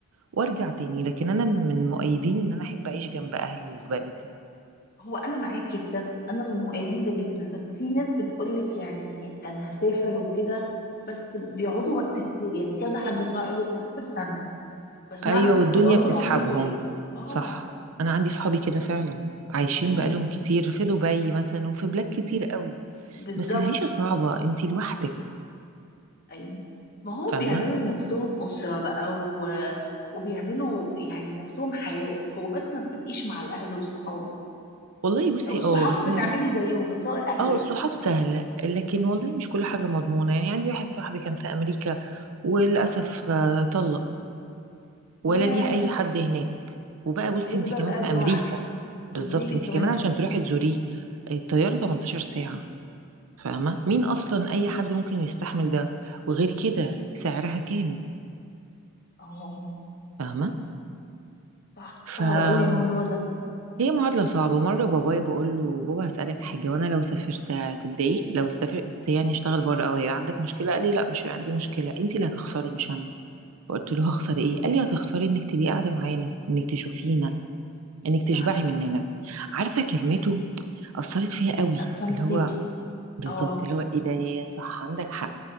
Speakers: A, on the right; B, on the left.
A: وارجع تاني لكن انا من من مؤيدين ان انا احب اعيش جنب اهلي وفي بلدي
B: هو انا معاكي في ده انا من مؤيدين ده جدا بس في ناس بتقولك يعني انا هسافر وكده بس بيقعدوا وقت كتير يعني كذا حد اسمع يقولك هسافر سنة بسمعها
A: ايوه
B: كده
A: والدنيا
B: ويقعدوا
A: بتسحبهم
B: العمر كله اه
A: صح انا عندي صحابي كده فعلا عايشين
B: ايوه
A: بقالهم كتير في دبي مثلا وفي بلاد كتير قوي
B: بالظبط
A: بس العيشه صعبه انتي لوحدك
B: ايوه ما هو
A: فاهمه
B: بيعملوا لنفسهم اسره بقى و... وبيعملوا يعني نفسهم حياه هو بس ما بتبقيش مع الاهل والصحاب
A: والله بصي
B: او الصحاب
A: اه بس
B: بتعملي زيهم بس هو الاهل
A: اه الصحاب
B: لا
A: سهله لكن والله مش كل حاجه مضمونه يعني عندي واحد صاحبي كان في امريكا وللاسف
B: اه
A: آه، طلق
B: ياه
A: ولا ليها اي حد هناك وبقى بصي
B: هيفضل
A: انتي كمان
B: قاعد
A: في امريكا
B: لوحده
A: بالظبط
B: امريكا
A: انتي
B: كمان
A: كمان عشان تروحي تزوريه الطياره 18 ساعه فاهمة مين أصلا أي حد ممكن يستحمل ده وغير كده سعرها كام
B: اه
A: فاهمة
B: صح
A: فهي
B: صعب قوي الموضوع ده
A: معادلة صعبة مرة بابايا بقول له بابا هسألك حاجة وأنا لو سافرت هتتضايق لو سافرت يعني اشتغل بره أو هيبقى عندك مشكلة قال لي لا مش هيبقى عندي مشكلة أنت اللي هتخسري مش أنا فقلت له هخسر إيه قال لي هتخسري إنك تبقي قاعدة معانا إنك تشوفينا إنك تشبعي
B: صح
A: مننا عارفة كلمته أثرت فيها قوي
B: اثرت
A: اللي
B: فيكي
A: هو بالظبط
B: اه
A: اللي هو إيه ده يا صح عندك حق